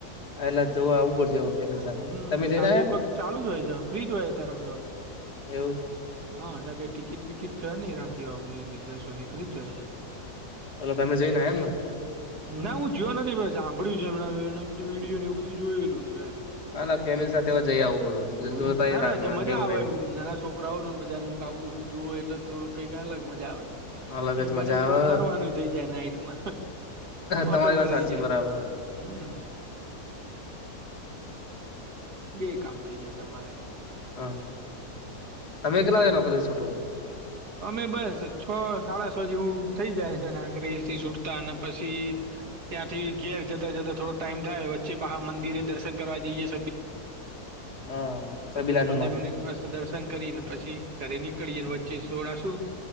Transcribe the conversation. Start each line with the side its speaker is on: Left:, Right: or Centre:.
Left: હા, એટલે જવું આવવું પડશે હવે ફેમિલી સાથે
Right: હમ
Left: તમે જઈને
Right: સાંજે
Left: આયા
Right: એક વખ ચાલુ જ હોય છે, ફ્રીજ હોય અત્યારે એમ તો.
Left: એવું
Right: હા તા કઈ ટિકિટ બિકિટ છે નઈ કારણ કે કમની લેઝર સોની ફ્રી જાય
Left: એટલે તમે જઈને એમને
Right: ના હું જોયો નથી ભ સાંભળ્યું છે એમ બધું વિડીયો ને એવું બધું જોયેલું છે એમ
Left: હા ના ફેમિલી સાથે હવે જઈ આવું
Right: હમ
Left: જો
Right: ના
Left: રાત
Right: ના જે
Left: નથી
Right: મજા
Left: કેવું
Right: આવે
Left: રે
Right: એમ નાના છોકરાઓ ને બધાને એમ કે આવું બધું જોવું એટલે થોડું કઈક અલગ મજા આવે એમ
Left: અલગ
Right: અને
Left: જ
Right: બને
Left: મજા
Right: થોડું
Left: આવે
Right: ફરવાનું થઇ જાય નાઈટમાં
Left: તમારી
Right: ઓટોયમાં
Left: વાત
Right: રહી
Left: સાચી
Right: જાય
Left: બરાબર
Right: એમ હમ્મ બે કામ થઇ જાય તમારે
Left: હા
Right: હમ્મ
Left: તમે કેટલા વાગે નોકરીથી છૂટો
Right: અમે બસ છ સાડા છ જેવું થઈ જાય છે નાકરી થી જુતા અને પછી ત્યાંથી ઘેર જતા જતા થોડો ટાઈમ થાય વચ્ચે પાહા મંદિરે દર્શન કરવા જઈએ <unintelligible>
Left: હા
Right: એટલે
Left: સબીલાનું
Right: દસ પંદર
Left: માન
Right: મિનિટ મસ્ત દર્શન કરીને પછી ઘરે ની નીકળએ વચ્ચે સોડા શું